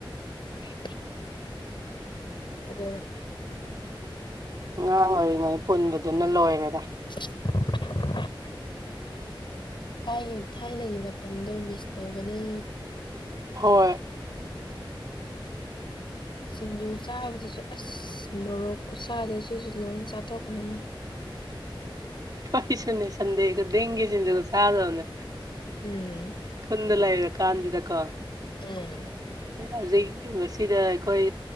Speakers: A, on the left (about 65°); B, on the right (about 50°).
A: ꯎ ꯑꯗ
B: ꯑꯉꯥꯡ ꯑꯣꯏꯔꯤꯉꯩ ꯄꯨꯟꯕꯗꯨꯅ ꯂꯣꯏꯔꯦꯗ
A: <unintelligible> ꯊꯥꯏꯒꯤ ꯊꯥꯏꯅꯒꯤ ꯃꯇꯝꯗꯣ ꯃꯤꯁ ꯇꯧꯕꯅꯦ
B: ꯍꯣꯏ
A: ꯁꯤꯡꯖꯨ ꯆꯥꯕꯗꯁꯨ ꯑꯁ ꯃꯣꯔꯣꯛ ꯈꯨꯠꯁꯥꯗꯁꯨꯁꯨ ꯂꯣꯏ ꯆꯥꯊꯣꯛꯀꯅꯤ ꯃ
B: ꯀꯣꯏꯁꯨꯅꯤ ꯁꯟꯗꯦꯈ ꯗꯦꯡꯒꯦ ꯁꯤꯖ ꯆꯥꯗꯅꯦ
A: ꯎꯝ
B: ꯈꯨꯟꯗ ꯂꯩꯔꯀꯥꯟꯁꯤꯗꯀꯣ
A: ꯎꯝ
B: ꯑꯗꯨ ꯃꯁꯤꯗ ꯑꯩꯈꯣꯏ